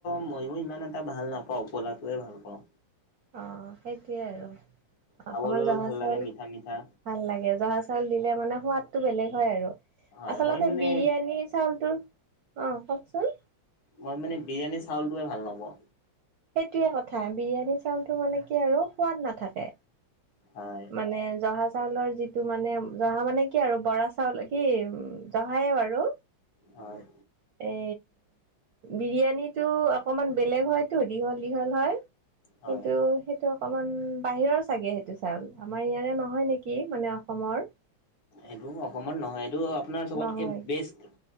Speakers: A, on the left; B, on the right.
A: মইয়ো ইমান এটা ভাল নাপাওঁ পোলাওটোৱে ভাল পাওঁ।
B: অ', সেইটোৱে আৰু,
A: খাবলৈও
B: অকমান জহা
A: ভাল
B: চাউল
A: লাগে মিঠা মিঠা
B: ভাল লাগে জহা চাউল দিলে মানে সোৱাদটো বেলেগ হয় আৰু,
A: হয়
B: আচলতে
A: মই মানে
B: বিৰিয়ানী চউলটো, অ, কওকচোন।
A: মই মানে বিৰিয়ানীৰ চাউলটোৱে ভাল নাপাওঁ।
B: সেইটোয়ে কথা বিৰিয়ানী চাউলটো মানে কি আৰু, সোৱাদ নাথাকে।
A: হয়,
B: মানে জহা চাউলৰ যিটো মানে জহা মানে কি আৰু বৰা চাউল কি উম জহায়ে বাৰু,
A: হয়
B: এ বিৰিয়ানীটো অকমান বেলেগ হয়তো দীঘল দীঘল হয়।
A: হয়।
B: কিন্তু, সেইটো অকমান বাহিৰৰ চাগে সেইটো। চাউল, আমাৰ ইয়াৰে নহয় নেকি মানে অসমৰ।
A: এইটো অসমৰ নহয় এইটো আপোনাৰ চবতকে
B: নহয়
A: বেষ্ট